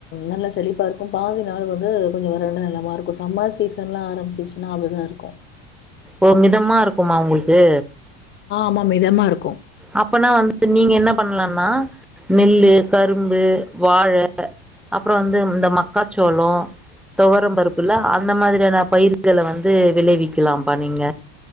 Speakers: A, on the left (about 35°); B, in the centre.
A: நல்ல செழிப்பா இருக்கு பாதி நாள் வந்து கொஞ்சோ வறண்ட நெலமா இருக்கு சம்மர் சீசன்லா ஆரம்பிச்சுச்சுனா அப்டிதா இருக்கு
B: ஓ மிதமா இருக்குமா உங்கள்க்கு
A: ஆமா மிதமா இருக்கு
B: அப்பன்னா வந்து நீங்க என்ன பண்லான்னா நெல்லு, கரும்பு, வாழ அப்றோ வந்து இந்த மக்காச்சோளோ, தொவரம் பருப்புல்ல அந்த மாதிரியான பயிர்கள வந்து விளைவிக்கலாம்ப்பா நீங்க